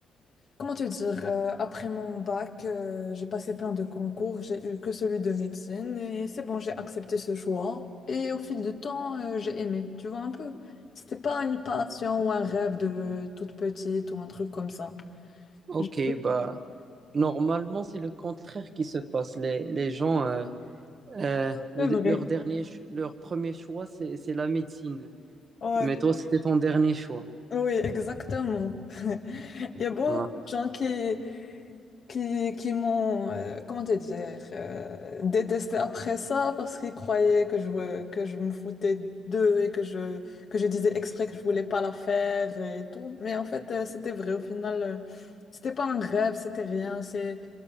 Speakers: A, on the left; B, on the right.
A: Comment te dire, euh, après mon bac, euh, j'ai passé plein de concours, j'ai eu que celui de médecine et c'est bon, j'ai accepté ce choix. Et au fil du temps, euh, j'ai aimé, tu vois un peu. C'était pas une passion ou un rêve de toute petite ou un truc comme ça.
B: Ok,
A: J'ai
B: bah normalement c'est le contraire qui se passe. Les, les gens, euh, euh, le-
A: fait vrai.
B: leur dernier, ch- leur premier choix c'est c'est la médecine.
A: Ouais,
B: Mais toi c'était ton dernier choix.
A: oui, exactement. <laughs> Il y a beaucoup
B: Ouais.
A: de gens qui, qui, qui m'ont, euh, comment te dire, euh, détesté après ça parce qu'ils croyaient que je, que je me foutais d'eux et que je, que je disais exprès que je voulais pas la faire et tout. Mais en fait, euh, c'était vrai. Au final, euh, c'était pas un rêve, c'était rien. c'est